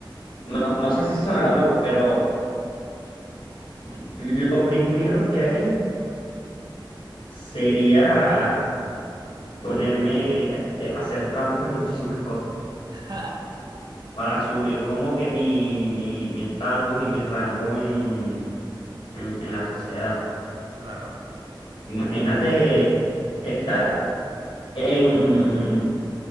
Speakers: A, on the left (about 75°); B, on the right (about 55°).
A: no, no sé si sonará loco, pero
B: Ujú.
A: lo primero que haría sería ponerme este, a hacer trampa en muchísimas cosas,
B: <laughs>
A: para subir como que mi, mi, mi estatus y mi rango en, en, en la sociedad.
B: Claro,
A: Imagínate estar en